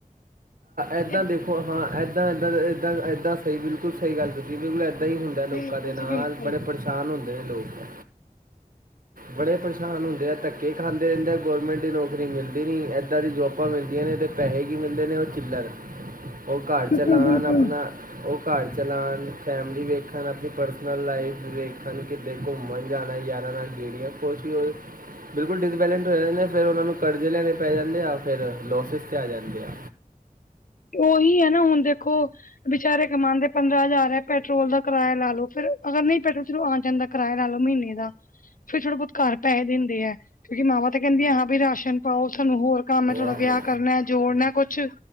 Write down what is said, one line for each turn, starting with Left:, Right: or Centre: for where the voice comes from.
Right: ਇੱਦਾਂ
Left: ਤੇ
Right: ਦੇਖੋ ਹਾਂ ਇੱਦਾਂ ਇੱਦਾਂ ਇੱਦਾਂ ਇੱਦਾਂ ਸਹੀ ਬਿਲਕੁਲ ਸਹੀ ਗੱਲ ਜੀ ਬਿਲਕੁਲ ਇੱਦਾਂ ਹੀ ਹੁੰਦਾ ਲੋਕਾਂ
Left: ਬਿਲਕੁਲ
Right: ਦੇ ਨਾਲ
Left: ਜੀ ਬਿਲਕੁਲ।
Right: ਬੜੇ ਪਰੇਸ਼ਾਨ ਹੁੰਦੇ ਨੇ ਲੋਕ ਬੜੇ ਪਰੇਸ਼ਾਨ ਹੁੰਦੇ ਆ, ਧੱਕੇ ਖਾਂਦੇ ਰਹਿੰਦੇ, ਗੌਰਮੈਂਟ ਦੀ ਨੌਕਰੀ ਮਿਲਦੀ ਨਹੀਂ ਇੱਦਾਂ ਦੀ ਜੋਬ ਆਪਾਂ ਮਿਲਦੀਆਂ ਨੇ, ਅਤੇ ਪੈਸੇ ਵੀ ਮਿਲਦੇ ਨੇ ਉਹ ਚਿਲਰ ਉਹ ਘਰ
Left: ਬਿਲਕੁਲ-ਬਿਲਕੁਲ।
Right: ਚਲਾਉਣ ਆਪਣਾ ਉਹ ਘਰ ਚਲਾਣ, ਫੈਮਿਲੀ ਵੇਖਣ, ਆਪਣੀ ਪਰਸਨਲ ਲਾਈਫ ਦੇੇਖਣ, ਕਿਤੇ ਘੁੰਮਣ ਜਾਣਾ ਯਾਰਾਂ ਨਾਲ ਜਿਹੜੀਆਂ ਕੁਛ ਹੀ ਉਹ ਬਿਲਕੁਲ ਡਿਸਬੈਲੈਂਟ ਹੋ ਜਾਂਦੇ। ਫਿਰ ਉਹਨਾਂ ਨੂੰ ਕਰਜ਼ੇ ਲੈਣੇ ਪੈ ਜਾਂਦੇ ਆ ਫਿਰ ਲੋਸਿਸ ਚ ਆ ਜਾਂਦੇ ਆ।
Left: ਉਹੀ ਹੈ ਨਾ ਹੁਣ ਦੇਖੋ ਵਿਚਾਰੇ ਕਮਾਦੇ ਪੰਦਰਾਂ ਹਜ਼ਾਰ ਹੈ ਪੈਟਰੋਲ ਦਾ ਕਿਰਾਇਆ ਲਾ ਲੋੋ ਫੇਰ ਅਗਰ ਨਹੀਂ ਪੈਟਰੋਲ 'ਚ ਆ ਜਾਂਦਾ ਕਿਰਾਇਆ ਲਾ ਲਓ ਮਹੀਨੇ ਦਾ, ਫੇਰ ਥੋੜਾ ਬਹੁਤ ਘਰ ਪੈਸੇ ਦਿੰਦੇ ਆ, ਕਿਉਂਕਿ ਮਾਵਾਂ ਤਾਂ ਕਹਿੰਦੀ ਆ ਹਾਂ ਵੀ ਰਾਸ਼ਨ ਪਾਓ ਸਾਨੂੰ ਹੋਰ ਕੰਮ ਹੈ ਥੋਡਾ
Right: ਆਹੋ
Left: ਵਿਆਹ ਕਰਨਾ, ਜੋੜਨਾ ਕੁਛ